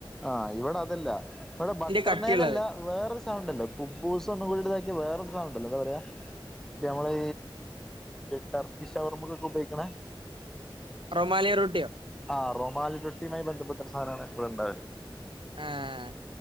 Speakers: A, in the centre; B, on the right.
A: ആഹ് ഇവടതല്ല ഇവടെ ബട്ടർനേലല്ല
B: കട്ടിയുള്ളത്
A: വേറൊര് സാനണ്ടല്ലോ കുബൂസൊന്നും കൂടിയിട്ട്താക്കിയ വേറൊരു സാനണ്ടല്ലോ ന്താ പറയാ പിന്നമ്മള് ടർക്കിഷവർമക്കൊക്കെ ഉപയോക്കണേ
B: റൊമാലി റൊട്ട്യോ?
A: ആഹ് റൊമാലിൻ റൊട്ടിയുമായി ബന്ധപ്പെട്ട ഒരു സാനാണ് ഇവടെണ്ടാവല്.
B: ഏഹ്